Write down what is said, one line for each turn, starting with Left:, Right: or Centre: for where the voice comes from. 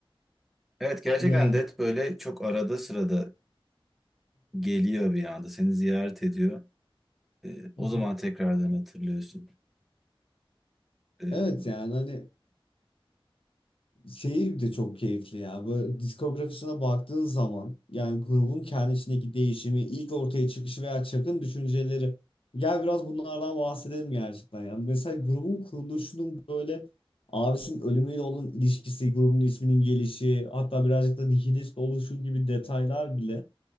Centre: Evet gerçekten
Left: Yani
Centre: Death böyle çok arada sırada geliyor bir anda. Seni ziyaret ediyor. Ee, o
Left: <laughs>
Centre: zaman tekrardan hatırlıyorsun. Ee,
Left: evet yani hani Şeyi de çok keyifli ya. Böyle diskografisine baktığın zaman yani grubun kendi içindeki değişimi, ilk ortaya çıkışı veya çakın düşünceleri. Gel biraz bunlardan bahsedelim gerçekten. Yani mesela grubun kuruluşunun böyle abisinin ölümüyle olan ilişkisi, grubun isminin gelişi, hatta birazcık da nihilist oluşu gibi detaylar bile.